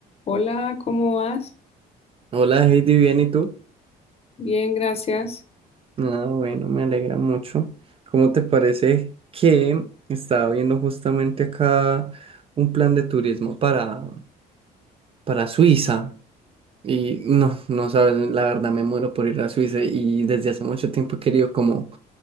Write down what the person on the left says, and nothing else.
Hola, ¿cómo vas?
Bien, gracias.